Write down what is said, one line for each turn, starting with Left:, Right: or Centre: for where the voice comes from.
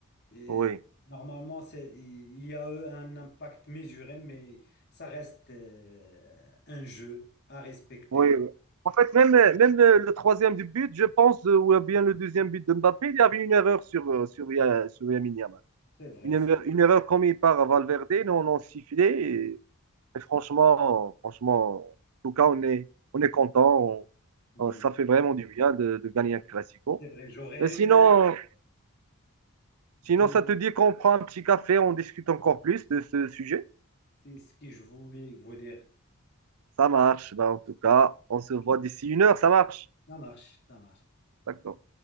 Left: Et
Right: oui,
Left: normalement, c'est, il y a eu un impact mesuré, mais ça reste euh, un jeu à respecter.
Right: oui. En fait, même, même le, le troisième du but, je pense, euh, ou bien le deuxième but de Mbappé, il y avait une erreur sur, euh, sur, Ya- sur Lamine Yamal.
Left: C'est vrai,
Right: une erreur,
Left: ça.
Right: une erreur commise par Valverde, nous on l'a sifflé. Et, et franchement, franchement, en tout cas, on est, on est content. On-
Left: Oui,
Right: on- ça fait vraiment du bien de, de gagner un classico.
Left: c'est vrai. J'aurais
Right: Et sinon,
Left: aimé de...
Right: sinon, ça te dit qu'on prend un petit café, on discute encore plus de ce sujet?
Left: C'est ce que je voulais vous dire.
Right: Ça marche. Ben, en tout cas, on se
Left: Ok.
Right: voit d'ici une heure. Ça marche.
Left: Ça marche, ça marche.
Right: D'accord.